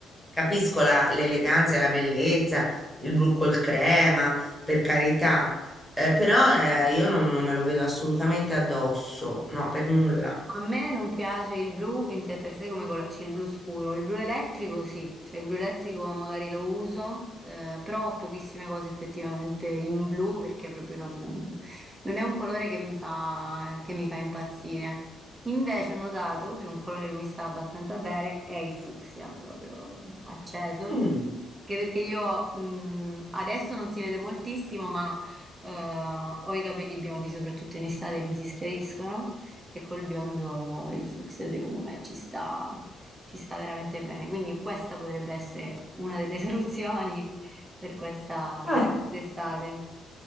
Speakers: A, in the centre; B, on the right (about 20°).
A: Capisco la- l'eleganza e la bellezza, il blu col crema, per carità, eh, però eh, io non, non me lo vedo assolutamente addosso, no, per nulla.
B: A me non piace il blu in sé per sé come colo- cioè il blu scuro, il blu elettrico sì, cioè il blu elettrico magari lo uso, eh, però ho pochissime cose effettivamente in blu perché proprio non, non è un colore che mi fa, che mi fa impazzire. Invece ho notato che un colore che mi sta abbastanza bene è il fucsia, proprio acceso,
A: Mm.
B: che perché io, mhmm, adesso non si vede moltissimo, ma, uhm, ho i capelli biondi, soprattutto in estate mi si schiariscono e col biondo il fucsia secondo me ci sta ci sta veramente bene. Quindi questa potrebbe essere una delle <laughs> soluzioni per questa
A: Eh,
B: per quest'estate.